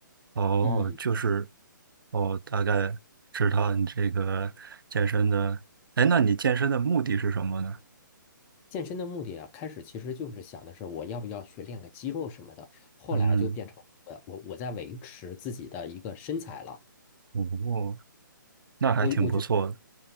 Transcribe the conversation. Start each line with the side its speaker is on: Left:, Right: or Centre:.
Right: 哦，
Left: 嗯。
Right: 就是哦，大概知道你这个健身的，哎，那你健身的目的是什么呢？
Left: 健身的目的啊，开始其实就是想的是我要不要去练个肌肉什么的，后来就变成我我我在维持自己的一个身材了。
Right: 嗯，哦，那还挺不错的，
Left: 我我觉